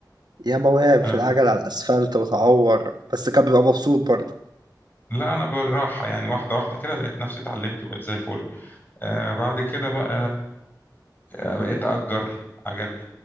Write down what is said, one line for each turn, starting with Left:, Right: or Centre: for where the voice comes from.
Right: ياما وقع في
Left: آه.
Right: العجل على الأسفلت وتعور بس كان بيبقى مبسوط برضه
Left: لا انا بالراحه يعني واحده واحده كده لقيت نفسي اتعلمت وبقيت زي الفل آه بعد كده بقى آه بقيت اجر عجل